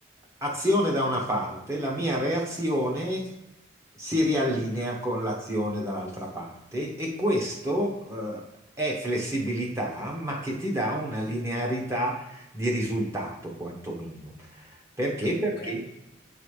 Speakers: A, on the right; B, on the left.
A: azione da una parte, la mia reazione si riallinea
B: Esatto.
A: con l'azione dall'altra parte e questo, eh, è flessibilità, ma che ti dà una linearità di risultato quantomeno. Perché?
B: Cioè, comunque...
A: Perché